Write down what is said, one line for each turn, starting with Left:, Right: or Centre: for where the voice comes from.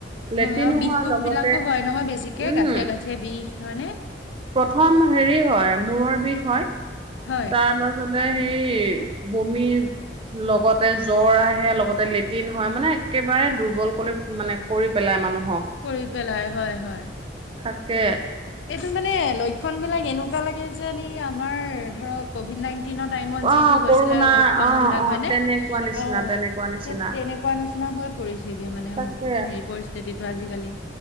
Right: লেট্ৰিনো
Left: হয় আৰু বিষ কোষ
Right: লগতে
Left: বিলাকো হয় নহয় বেছিকে
Right: উম,
Left: গাঁঠিয় গাঠিয়ে বিষ হয়নেে
Right: প্ৰথম হেৰি হয় মূৰৰ বিষ হয়
Left: হয়
Right: তাৰ পাছত সেই বমিজ লগতে জ্বৰ আহে লগতে লেটিন হয় মানে একেবাৰে দুৰ্বল কৰি মানে কৰি পেলাই মানুহ
Left: কৰি পেলাই হয় হয়
Right: তাকে
Left: এইটো মানে লক্ষ খন বিলাক এনেকুৱা লাগে যে আমাৰ ধৰক কভিড নাই দিনৰ টাইমত
Right: অ',
Left: যিটো হৈছিলে
Right: কৰোণা
Left: লক্ষণ
Right: অ',
Left: বিলাক
Right: অ',
Left: হয় ন
Right: তেনেকুৱা নিচিনা
Left: অ
Right: তেনেকুৱা নিচিনা
Left: সেই তেনেকুৱা আচনা হৈ পৰিছিগি মানে
Right: তাকে
Left: হেৰি পৰিস্থিতিটো আজিকালি